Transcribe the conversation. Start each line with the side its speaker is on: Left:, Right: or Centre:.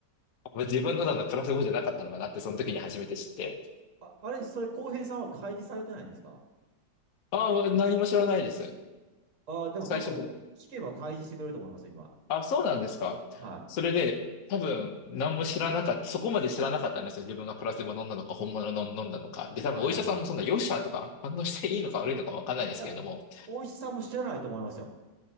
Left: 自分のなのプラスボじゃなかったのかなって、その時に初めて知って。
Right: あ、あれ、それ、浩平さんは開示されてないんですか
Left: ああ、もう何も知らないです。
Right: ああ、でも多分、
Left: 最初、
Right: 聞けば開示してくれると思いますよ、今。
Left: あ、そうなんですかそれで、
Right: はい。
Left: 多分、何も知らなかった、そこまで知らなかったんですよ。自分がプラセボ飲んだのか、本物の飲んだのか。で、多分、
Right: はいはいはい。
Left: お医者さんもそんな、よっしゃとか、反応していいのか悪いのかわかんないですけれども。
Right: いや、大石さんも知らないと思いますよ。